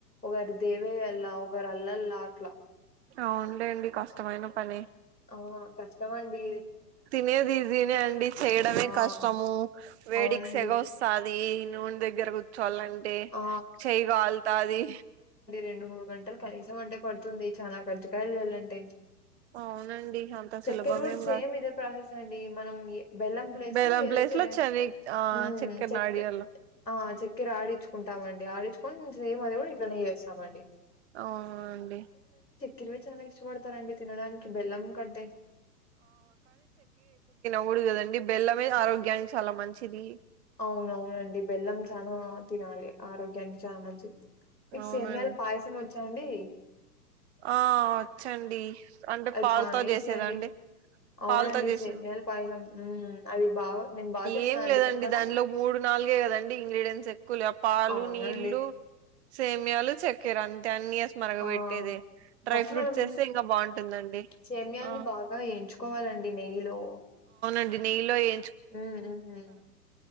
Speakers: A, on the left; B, on the right.
A: ఒగరు దేవేయల్లా, ఒగరు అల్లల్ లా అట్లా
B: అవునులేండి కష్టమైన పనే
A: ఓ కష్టమండి.
B: తినేది ఈజీనే అండి, చేయడమే
A: ఆ
B: కష్టము వేడికి
A: అవునండి.
B: సెగ వసాది. నూన్ దగ్గర కూర్చోవాలంటే
A: ఆ!
B: చేయి గాళ్తాతాది.
A: రెండు మూడు గంటలు కనీసం అంటే పడుతుంది. చానా కజ్జకాయలు చేయాలంటే
B: అవునండి అంత
A: చక్కెర
B: సులభమేం
A: కూడా
B: కాదు
A: సేమ్ ఇదే ప్రాసెస్ అండి మనం ఏ బెల్లం ప్లేస్
B: బెల్లం
A: లో ఏదైతే
B: ప్లేస్ లో చని ఆ
A: ఉహ్
B: చక్కెర
A: చెక్
B: నాడియాల
A: ఆ చక్కెర ఆడించుకుంటామండి. ఆడించుకొని సేమ్ అది కూడా ఇట్లనే చేస్తామండి.
B: అవునండి.
A: తిరువచానా ఇష్టపడతారండి తినడానికి బెల్లం కంటే
B: పూడు కదండి. బెల్లమే ఆరోగ్యానికి చాలా మంచిది.
A: అవునవునండి. బెల్లం చానా తినాలి ఆరోగ్యానికి చా మంచిద్. మీకు
B: అవునండి
A: సేమియాల పాయసం వచ్చాండి
B: ఆ వచ్చండి అంటే
A: అది
B: పాలతో
A: చాల ఈజీ
B: చేసేదండి
A: అండి అవునండి
B: పాలతో చేసేది
A: సేమియాల పాయసం అది బాగా నేను బాగా చేస్తానండి
B: ఏం లేదండి
A: చెప్పాలా
B: దానిలో మూడు నాలుగే కదండి ఇంగ్రిడియంట్స్ ఎక్కువ లే పాలు
A: అవునండి.
B: నీళ్లు సేమయాలు చెక్కర అ టెన్ ఇయర్స్ మరగబెట్టేదే
A: ఆ!
B: డ్రై
A: ఫస్ట్
B: ఫ్రూట్స్
A: మనం
B: ఏస్తే ఇంకా బాగుంటుందండి
A: సేమ్యాన్ని
B: ఆ
A: బాగా ఎంచుకోవాలండి నెయ్యిలో
B: అది నెయ్యిలో ఎ
A: మ్ ఉహుమ్